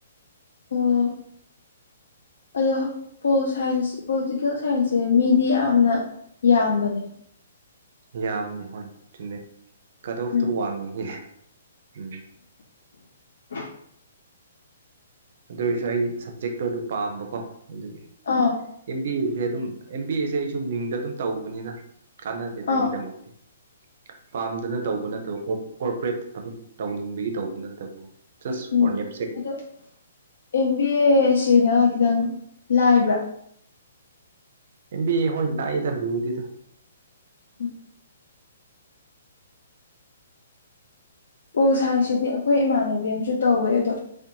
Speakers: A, on the left (about 80°); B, on the right (about 55°).
A: ꯑꯣ ꯑꯗꯣ ꯄꯣꯜ ꯁꯥꯏꯟꯁ ꯄꯣꯂꯤꯇꯤꯀꯦꯜ ꯁꯥꯏꯟꯁꯁꯦ ꯃꯤꯗꯤ ꯌꯥꯝꯅ ꯌꯥꯝꯕꯅꯦ
B: ꯌꯥꯝꯅꯦ ꯍꯣꯏ ꯆꯨꯝꯃꯦ ꯀꯠ ꯑꯣꯐꯇꯣ
A: ꯎꯝ
B: ꯋꯥꯡꯕꯒꯤ ꯎꯝ
A: <inaudible>
B: ꯑꯗꯨ ꯑꯣꯏꯔꯁꯨ ꯑꯩ ꯁꯞꯖꯦꯛꯇꯣ ꯑꯗꯨ ꯄꯥꯝꯕꯀꯣ ꯑꯗꯨꯒꯤ
A: ꯑꯥ
B: ꯑꯦꯝ ꯕꯤ ꯑꯦꯁꯦ ꯑꯗꯨꯝ ꯑꯦꯝ ꯕꯤ ꯑꯦꯁꯦ ꯑꯩꯁꯨꯨꯝ ꯃꯤꯡꯗ ꯑꯗꯨꯝ ꯇꯧꯕ ꯅꯤꯅ ꯀꯥꯟꯅꯗꯦꯗ
A: ꯑꯥ
B: ꯑꯩꯒꯤ ꯗꯃꯛꯇꯗꯤ ꯄꯥꯝꯗꯅ ꯇꯧꯕ ꯅꯠꯇꯕ ꯀꯣꯔꯄꯔꯦꯠꯇ ꯑꯗꯨꯝ ꯇꯧꯅꯤꯡꯕꯒꯤ ꯇꯧꯕ ꯅꯠꯇꯕ ꯖꯁ
A: ꯎꯝ
B: ꯐꯣꯔ ꯅꯦꯝꯁꯦꯛ
A: ꯑꯗꯣ ꯑꯦꯝ ꯕꯤ ꯑꯦ ꯑꯁꯤꯅ ꯈꯤꯇꯪ ꯂꯥꯏꯕ꯭ꯔꯥ
B: ꯏꯝꯕꯤ ꯑꯦ ꯍꯣꯏ ꯂꯥꯏꯗ ꯂꯨꯗꯦꯗ
A: ꯎꯝ ꯄꯣꯜ ꯁꯥꯏꯟꯁ ꯁꯤꯗꯤ ꯑꯩꯈꯣꯏ ꯏꯃꯥꯟꯅꯕꯤ ꯑꯃꯁꯨ ꯇꯧꯋꯦ ꯑꯗꯣ